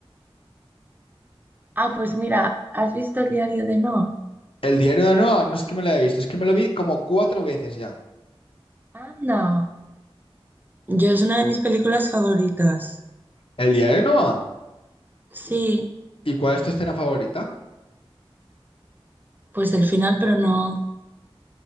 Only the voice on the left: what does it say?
El diario de Noah no es que me la haya visto, es que me lo vi como cuatro veces ya.
¿El diario de Noah?
¿Y cuál es tu escena favorita?